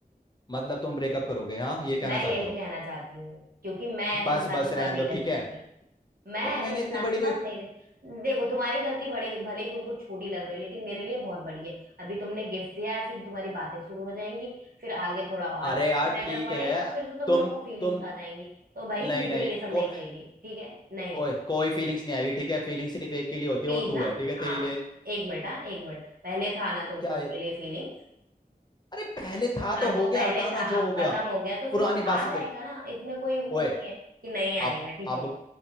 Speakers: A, on the left (about 25°); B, on the right (about 70°).
A: मतलब तुम ब्रेकअप करोगे हाँ ये कहना
B: मैं यही
A: चाहते हो
B: कहना चाहती हूँ क्योंकि मैं ऐसे
A: बस
B: इंसान
A: बस
B: के साथ
A: रहने
B: नहीं
A: दो
B: रह
A: ठीक है
B: सकती मैं
A: ओ, मैंने
B: ऐसे इंसान
A: इतनी बड़ी
B: के साथ
A: कोई
B: नहीं रह देखो तुम्हारी गलती भले भले ही तुमको छोटी लग रही हो लेकिन मेरे लिए बहुत बड़ी है अभी तुमने गिफ्ट दिया है फिर तुम्हारी बातें शुरू हो जाएंगी फिर आगे थोड़ा और
A: अरे यार
B: मैटर
A: ठीक
B: बढ़ेगा
A: है
B: फिर तो तुम
A: तुम
B: लोग को फीलिंग्स
A: तुम
B: आ जाएंगी तो भाई
A: नहीं
B: मुझे
A: नहीं
B: ये सब
A: को
B: नहीं चाहिए ठीक है नहीं
A: ओए कोई फीलिंग्स नहीं आएगी ठीक है फीलिंग सिर्फ एक के लिए होती
B: प्लीज
A: है वो तू
B: हाँ
A: है ठीक है
B: हाँ
A: तेरे लिए
B: एक मिनट हाँ एक मिनट पहले था ना तुमको
A: क्या है
B: उसके लिए फीलिंग्स
A: अरे पहले था
B: हाँ
A: तो हो
B: तो
A: गया
B: पहले
A: हटाना
B: था
A: जो
B: अब
A: हो गया
B: खत्म हो गया तो
A: पुरानी
B: फिर से आ
A: बात से
B: जाएगा
A: देख
B: ना इसमें कोई वो
A: ओए
B: नहीं है कि नहीं आएगा
A: अब
B: ठीक
A: अब
B: है